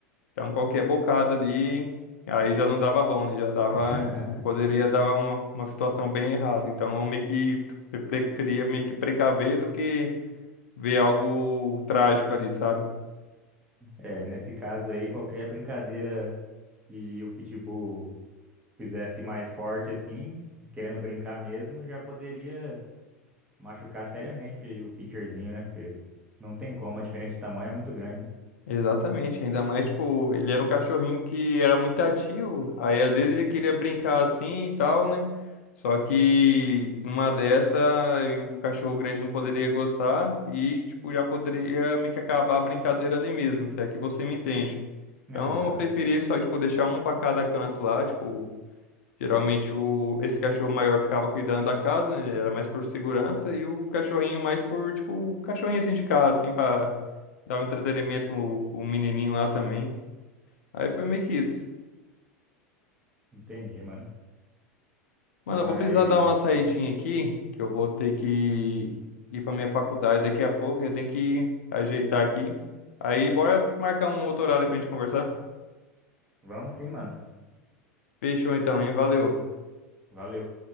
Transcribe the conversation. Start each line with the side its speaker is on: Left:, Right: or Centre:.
Left: Então qualquer bocado ali, aí já não dava bom, né? Já dava,
Right: <laughs>
Left: tipo, poderia dar uma, uma situação bem errada. Então eu meio que pre- preferia meio que precaver do que ver algo trágico ali, sabe?
Right: É, nesse caso aí, qualquer brincadeira que o Pitbull fizesse mais forte assim, querendo brincar mesmo, já poderia machucar seriamente o Pincherzinho, né? Porque não tem como, a diferença de tamanho é muito grande, né?
Left: Exatamente, ainda mais, tipo, ele era um cachorrinho que era muito ativo, aí às vezes ele queria brincar assim e tal, né? Só que numa dessa, e o cachorro grande não poderia gostar e, tipo, já poderia meio que acabar a brincadeira ali mesmo, se é que você me entende.
Right: Aham,
Left: Então, eu preferi só, tipo, deixar um pra cada canto lá, tipo, geralmente o, esse cachorro maior ficava cuidando da casa, né? Ele era mais por segurança, e o cachorrinho mais por, tipo, o cachorrinho assim de casa, assim, pra dar um entretenimento pro, pro menininho lá também. Aí foi meio que isso.
Right: entendi, mano. Mas
Left: Mano, eu vou precisar dar uma saidinha aqui, que eu vou ter que ir pra minha faculdade daqui a pouco, eu tenho que ajeitar aqui. Aí, bora marcar um outro horário pra gente conversar?
Right: Vamos sim, mano.
Left: Fechou então, hein? Valeu.
Right: Valeu.